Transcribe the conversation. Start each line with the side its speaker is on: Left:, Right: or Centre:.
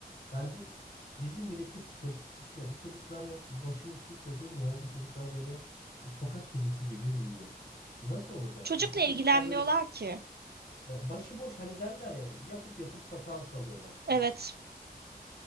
Left: yani bu bizim milletin sıkıntısı şu ya. Bu çocukları başında kimse durmuyor ve bu çocuklar böyle e, sokak kedisi gibi büyüyor. Nasıl olacak
Right: Çocukla
Left: bu? Bu çocuklar
Right: ilgilenmiyorlar
Left: böyle
Right: ki.
Left: e, başıboş hani derler ya öyle, yapıp yapıp sokağa salıyorlar gibi.
Right: Evet.